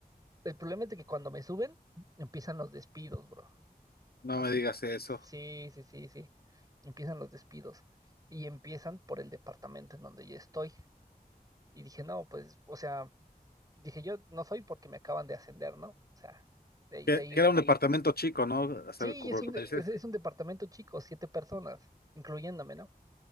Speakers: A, on the right; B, on the left.
A: El problema es de que cuando me suben, empiezan los despidos, bro.
B: no
A: Así,
B: me digas eso.
A: sí, sí, sí, sí. Empiezan los despidos y empiezan por el departamento en donde yo estoy. Y dije, no, pues, o sea, dije yo no soy porque me acaban de ascender, ¿no? O sea, de ahí,
B: Que,
A: de ahí,
B: que era un departamento chico, ¿no? Hasta
A: sí,
B: el- por
A: es
B: lo
A: un,
B: que
A: de-
B: me dices.
A: es, es un departamento chico, siete personas, incluyéndome, ¿no?